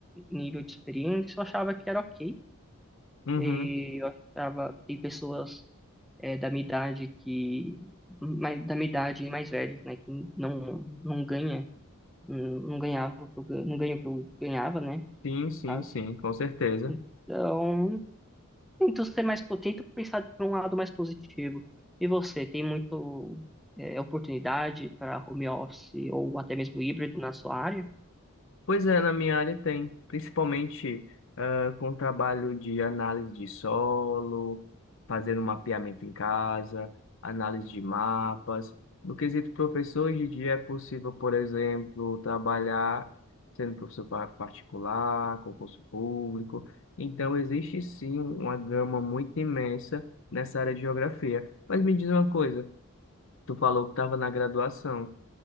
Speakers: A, in the centre; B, on the left.
A: nível de experiência, eu achava que era ok.
B: Uhum,
A: E eu achava que pessoas é, da minha idade que mais, da minha idade e mais velhos, né, que não não ganha, não, não ganhava, o que eu gan- não ganha o que eu ganhava, né? no
B: sim, sim,
A: Caso.
B: sim, com certeza.
A: Então, tento ser mais po- tento pensar por um lado mais positivo. E você, tem muito é, oportunidade para home office ou até mesmo híbrido na sua área?
B: Pois é, na minha área tem, principalmente ah, com o trabalho de análise de solo, fazendo mapeamento em casa, análise de mapas. No quesito professor, hoje em dia é possível, por exemplo, trabalhar sendo professor pa- particular, concurso público. Então, existe sim uma gama muito imensa nessa área de geografia. Mas me diz uma coisa, tu falou que estava na graduação.